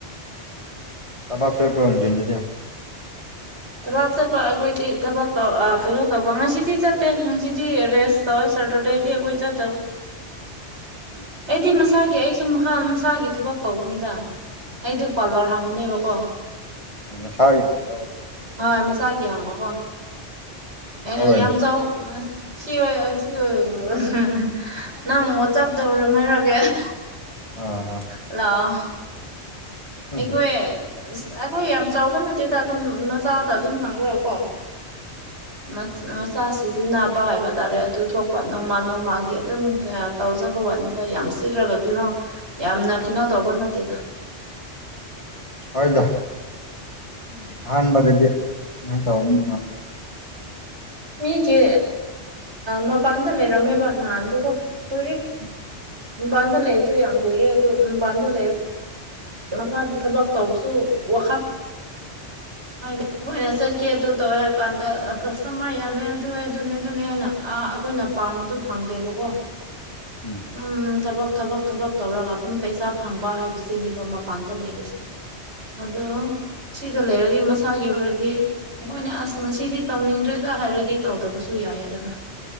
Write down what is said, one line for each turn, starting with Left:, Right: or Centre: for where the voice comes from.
Left: ꯊꯕꯛ ꯆꯠꯄ꯭ꯔꫭ ꯅꯨꯡꯊꯤꯟꯗꯗꯤ?
Right: ꯊꯕꯥꯛ ꯆꯠꯄ ꯑꯩꯈꯣꯏꯗꯤ ꯊꯕꯥꯛ ꯊꯧ ꯑꯥ ꯀꯩꯅꯣ ꯇꯧꯕ ꯉꯁꯤꯗꯤ ꯆꯠꯇꯦ ꯉꯁꯤꯗꯤ ꯔꯦꯁ ꯇꯧꯋꯦ ꯁꯔꯇꯔꯗꯦꯗꯤ ꯑꯩꯈꯣꯏ ꯆꯠꯇꯧ
Left: ꯎꯝ
Right: ꯑꯩꯗꯤ ꯃꯁꯥꯒꯤ ꯑꯩꯁꯨ ꯃꯥꯈꯜ ꯃꯁꯥꯒꯤ ꯊꯕꯛ ꯇꯧꯕꯅꯤꯗ ꯑꯩꯗ ꯄꯥꯔꯂꯔ ꯍꯥꯡꯕꯅꯦꯕꯀꯣ
Left: ꯑꯣ ꯅꯁꯥꯒꯤ ꯍꯪꯕ꯭ꯔ ꯕꯥ?
Right: ꯍꯣꯏ ꯃꯁꯥꯒꯤ ꯍꯥꯡꯕꯀꯣ꯫ ꯑꯦꯍꯦ
Left: ꯍꯣꯏ
Right: ꯌꯥꯝ ꯆꯥꯎ <unintelligible> ꯁꯤ ꯑꯣꯏ ꯑꯣꯏ ꯁꯤ ꯑꯣꯏ <unintelligible> ꯅꯪ ꯋꯠꯆꯞꯇꯥ ꯍꯧꯔꯟ ꯍꯥꯏꯔꯛꯀꯦ <unintelligible>
Left: ꯑꯥ ꯑꯥ
Right: ꯂꯥꯛ ꯑꯣ
Left: ꯎꯝ
Right: ꯑꯩꯈꯣꯏ ꯑꯁ ꯑꯩꯈꯣꯏ ꯌꯥꯝ ꯆꯥꯎꯕ ꯅꯠꯇꯦꯗ ꯑꯗꯨꯝ ꯃꯆꯥꯗ ꯑꯗꯨꯝ ꯍꯡꯔꯒꯀꯣ <unintelligible> ꯆꯥ ꯁꯤꯖꯤꯟꯅꯕ ꯍꯥꯏꯕ ꯇꯥꯔꯦ ꯑꯗꯨ ꯊꯣꯛꯄ ꯅꯣꯡꯃ ꯅꯣꯡꯃꯥꯒꯤ ꯑꯗꯨꯝ ꯇꯧꯖꯕ ꯋꯥꯅꯤꯗ ꯌꯥꯝ ꯁꯤꯠꯔꯒ ꯀꯩꯅꯣ ꯌꯥꯝꯅ ꯀꯩꯅꯣ ꯇꯧꯕ ꯅꯠꯇꯦꯗ
Left: ꯍꫭꯏꯗ
Right: ꯎꯝ
Left: ꯑꯍꯥꯟꯕꯗꯗꯤ ꯁꯨꯃꯥꯏꯅ ꯇꯧꯕꯅꯤꯅ
Right: ꯃꯤꯒꯤ ꯃꯄꯥꯟꯗ ꯂꯩꯔꯝꯃꯦꯕ ꯅꯍꯥꯟꯗꯨꯀꯣ ꯀꯨꯏꯔꯦ
Left: ꯎꯝ
Right: ꯃꯄꯥꯟꯗ ꯂꯩꯕꯁꯨ ꯌꯥꯝ ꯀꯨꯏꯔꯦ ꯃꯄꯥꯟꯗ ꯂꯩ ꯃꯈꯥꯗ ꯊꯕꯛ ꯇꯧꯕꯁꯨ ꯋꯥꯈꯜ ꯑꯩꯈꯣꯏꯅ ꯆꯠꯀꯦ ꯑꯗꯨ ꯇꯧꯔꯦ ꯍꯥꯏꯔ ꯀꯥꯟꯗ ꯀꯁꯇꯃꯔ ꯌꯥꯝꯃꯦ ꯑꯗꯨ ꯑꯗꯨꯅꯦ ꯑꯗꯨꯅꯦ ꯍꯥꯏꯅ ꯑꯩꯈꯣꯏꯅ ꯄꯥꯝꯕꯗꯨ ꯐꯪꯗꯦꯕꯀꯣ
Left: ꯎꯝ
Right: ꯋꯨꯝ ꯊꯕꯛ ꯊꯕꯛ ꯊꯕꯛ ꯇꯧꯔꯒ ꯑꯗꯨꯝ ꯄꯩꯁꯥ ꯐꯪꯕ ꯍꯥꯏꯕꯁꯤꯅꯦꯕ ꯃꯄꯥꯟꯗ ꯂꯩꯕꯁꯦ ꯑꯗꯣ ꯁꯤꯗ ꯂꯩꯔꯗꯤ ꯃꯁꯥꯒꯤ ꯑꯣꯏꯔꯗꯤ ꯑꯩꯈꯣꯏꯅꯦ ꯑꯁ ꯉꯁꯤꯗꯤ ꯇꯧꯅꯤꯡꯗ꯭ꯔꯦꯗ ꯍꯥꯏꯔꯗꯤ ꯇꯧꯗꯕꯁꯨ ꯌꯥꯏꯌꯦꯗꯅ